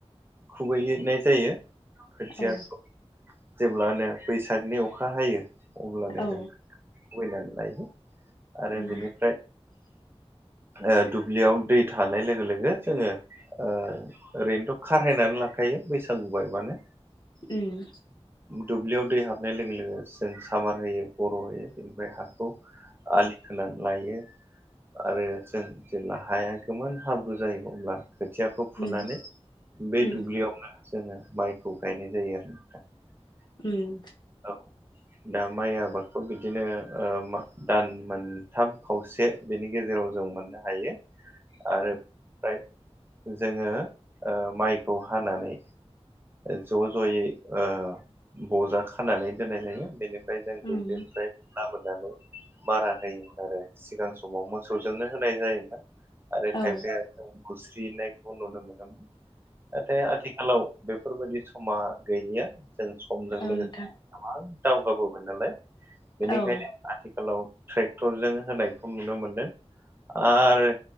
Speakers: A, on the right; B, on the left.
A: खुबैहैनाय जायो। खोथियाखौ
B: औ
A: जेब्लानो बैसागनि अखा हायो अब्लानो
B: औ
A: जों खुबैनानै लायो। आरो
B: उम
A: बिनिफ्राय
B: <inaudible>
A: ओ दुब्लियाव दै थानाय लोगो लोगो जोङो ओ ओरैनोथ' खारहायनानै लाखायो बैसागु बायबानो।
B: ओम।
A: दुब्लियाव दै हाबनाय लोगो लोगो जों सामार होयो, बर' होयो बेनिफ्राय हा खौ आलि खोनानै लायो। आरो जों जेब्ला हाया गोबान हाब्रु जायो अब्ला खोथियाखौ फुनानै
B: उम
A: बे
B: उम
A: दुब्लियावनो जोङो माइखौ गायनाय जायो आरो <inaudible>
B: उम
A: औ दा माइ आबादखौ बिदिनो ओ दान मोनथाम खावसे बेनि गेजेराव जों मोननो हायो
B: <inaudible>
A: आरो ओफ्राय जोङो ओ माइखौ हानानै ज' ज'यै ओ बजा खानानै दोननाय जायो। बेनिफ्राय जों दुब्लिनिफ्राय
B: उम
A: लाबोनानै बारा होयोमोन आरो। सिगां समाव मोसौजोंनो होनाय जायोमोन। आरो
B: औ
A: खायफाया खुस्रिनायखौ नुनो मोनोमोन। नाथाय आथिखालाव बेफोरबायदि समा गैलिया जों समजों
B: औ
A: लोगोसे
B: नोंथां
A: गोबां दावगाबोबाय नालाय। बेनिखायनो
B: औ
A: आथिखालाव ट्रेक्टरजों होनायखौ नुनो मोनदों। आरो